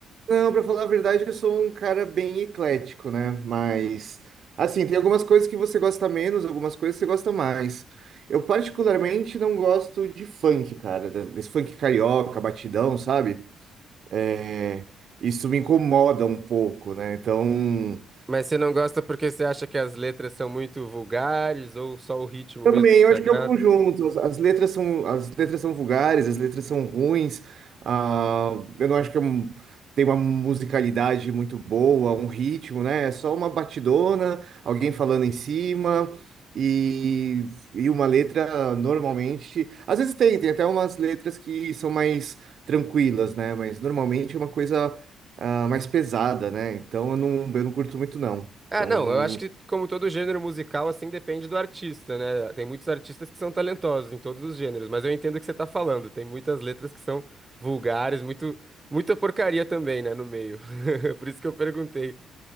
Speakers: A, on the right (about 60°); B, on the right (about 20°).
A: não, pra falar a verdade, eu sou um cara bem eclético, né? Mas, assim, tem algumas coisas que você gosta menos, algumas coisas que você gosta mais. Eu particularmente não gosto de funk, cara, de- desse funk carioca, batidão, sabe? É, Isso me incomoda um pouco, né? Então.
B: Mas você não gosta porque você acha que as letras são muito vulgares ou só o ritmo
A: Também,
B: mesmo
A: eu
B: te
A: acho
B: agrada?
A: que é o conjunto. As, as letras são, as letras são vulgares, as letras são ruins. ah, eu não acho que é um- tem uma musicalidade muito boa, um ritmo, né? É só uma batidona, alguém falando em cima e, e uma letra normalmente. Às vezes tem, tem até umas letras que são mais tranquilas, né? Mas normalmente é uma coisa ah, mais pesada, né? Então eu não, eu não curto muito, não.
B: Ah,
A: Então.
B: não, eu acho que como todo gênero musical, assim, depende do artista, né? Tem muitos artistas que são talentosos em todos os gêneros, mas eu entendo o que você tá falando. Tem muitas letras que são vulgares, muito, muita porcaria também, né, no meio. <laughs> Por isso que eu perguntei.